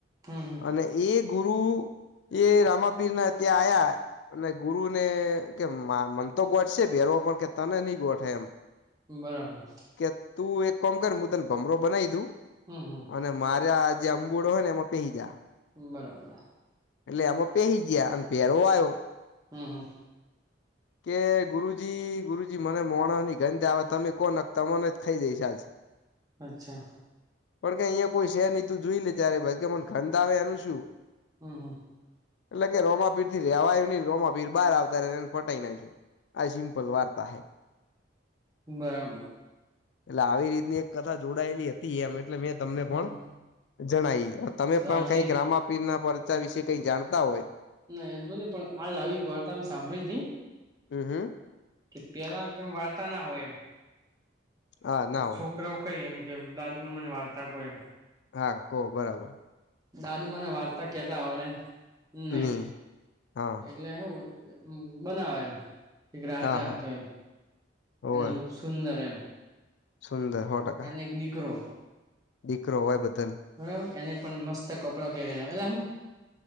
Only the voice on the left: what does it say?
અને એ ગુરુ એ રામાપીર ના ત્યાં આયા અને ગુરુને કે મન તો ગોટશે ભેરો પણ કે તને નહીં ગોઠે એમ
કે તું એક કોમ કર હું તને ભમરો બનાવી દઉ
અને મારે આ જે અંબુડો હોય ને એમાં પેહી જા.
એટલે આમાં પેહી ગયા અને પહેરો આવ્યો.
કે ગુરુજી ગુરુજી મને માણસની ગંધ આવે તમે કો ને તમને જ ખાઈ જઈશ આજ.
પણ કે અહીંયા કોઈ છે નહિ તું જોઈ લે ત્યારે કે મને ગંધ આવે એનું શું?
એટલે કે રોમાપીરથી રેવાયું નહી રોમાપીર બહાર આવતા એને ફટાઈ ને આઈ ગયું. આ સિમ્પલ વાર્તા છે.
એટલે આવી રીતની એક કથા જોડાયેલી હતી એમ એટલે મેં તમને
પણ જણાઇ. તમે પણ
કઈક રામાપીર ના પરચા વિશે કઈ જાણતા હોય.
હમ હમ.
હા ના હોય
હા કો બરાબર.
ની હા
હા હા
હોવે
સુંદર સો ટકા.
દીકરો હોય બધાને